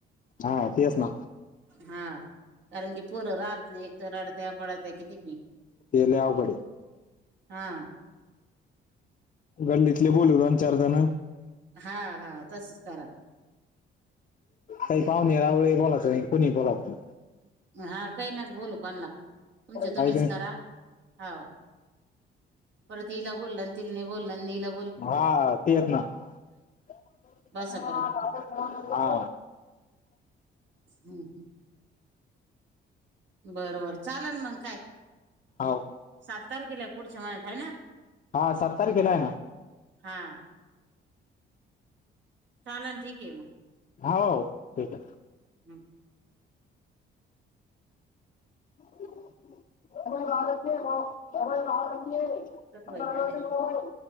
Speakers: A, on the left; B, on the right.
A: हा, तेच ना.
B: हा. कारण की, पोरं राहत नाही, एक तर. रडत्या - पडात्या किती बी.
A: ते लय अवघडय.
B: हा.
A: गल्लीतले बोलवून आण, चार जणं.
B: हा, हा. तसच करा.
A: काही पावणे- रावळे बोलायच नाय. कोणी बोलवू आपूण.
B: हा, काही नका, बोलवू कोणाला. तुमच्या तुम्हीच
A: आहे की नाही
B: करा. हाव. परत हिला बोलल. न तिला नाही बोलल. न इला
A: हा, तेच ना. <unintelligible>
B: बसा परत
A: हा.
B: हं, हं. बर - बर चालन मग, काय.
A: हो
B: सात तारखेलाय पुढच्या महिन्यात. हाय ना.
A: हा, सात तारखेलाय ना.
B: हा. चालन. ठीकय, मग.
A: हा, हो. ठीकय.
B: हम.
A: <unintelligible>
B: कट होईना नाही